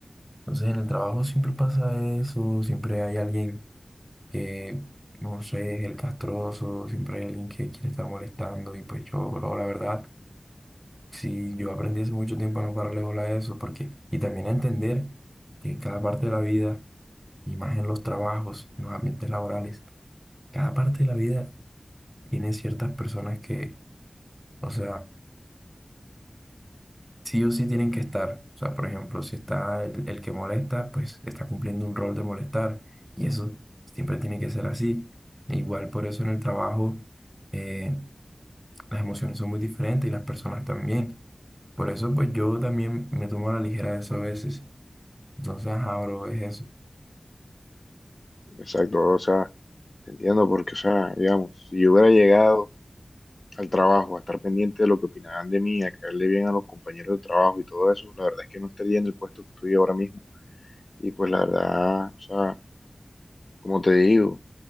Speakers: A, in the centre; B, on the left.
A: Entonces en el trabajo siempre pasa eso, siempre hay alguien que, no sé, es el castroso, siempre hay alguien que quiere estar molestando y pues yo, bro, la verdad, sí, yo aprendí hace mucho tiempo a no pararle bola a eso, porque, y también a entender que en cada parte de la vida y más en los trabajos, en los ambientes laborales. Cada parte de la vida tiene ciertas personas que, o sea, sí o sí tienen que estar. O sea, por ejemplo, si está el, el que molesta, pues está cumpliendo un rol de molestar y eso siempre tiene que ser así. E igual por eso en el trabajo eh, las emociones son muy diferentes y las personas también. Por eso, pues yo también me tomo a la ligera eso a veces. Entonces, ajá, bro, es eso.
B: Exacto, o sea, te entiendo, porque, o sea, digamos, si yo hubiera llegado al trabajo, a estar pendiente de lo que opinaban de mí, a caerle bien a los compañeros de trabajo y todo eso, la verdad es que no estaría en el puesto que estoy ahora mismo. Y pues la verdad, o sea, como te digo,